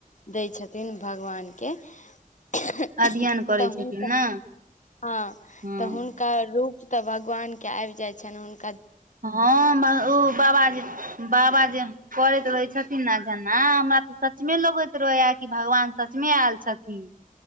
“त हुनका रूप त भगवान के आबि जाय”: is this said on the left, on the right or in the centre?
Left